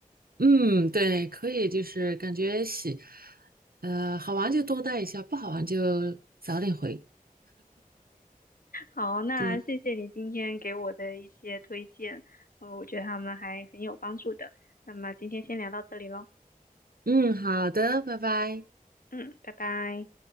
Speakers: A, on the right (about 80°); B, on the left (about 70°).
A: 嗯，对，可以，就是感觉洗，呃，好玩就多带一下，不好玩就早点回。
B: 好，那谢谢你今天给我的一些推荐，
A: 嗯
B: 呃，我觉得他们还很有帮助的。那么今天先聊到这里喽，
A: 嗯，好的，拜拜。
B: 嗯，拜拜。